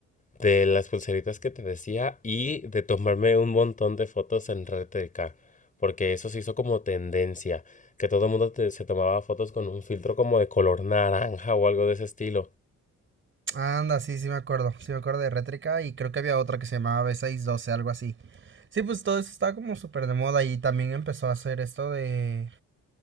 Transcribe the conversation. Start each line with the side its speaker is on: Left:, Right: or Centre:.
Left: de las pulseritas que te decía y de tomarme un montón de fotos en Red RTK, porque eso se hizo como tendencia, que todo el mundo te- se tomaba fotos con un filtro como de color naranja o algo de ese estilo.
Right: Anda, sí, sí me acuerdo, sí me acuerdo de Rétrica y creo que había otra que se llamaba B612, algo así. Sí, pues todo eso estaba como súper de moda y también empezó a hacer esto de...